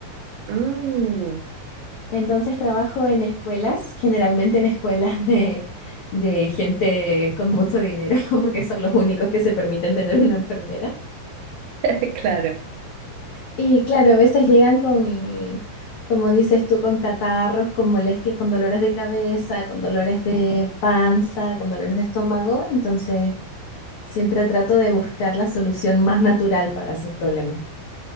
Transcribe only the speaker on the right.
Mm,
<laughs> Claro,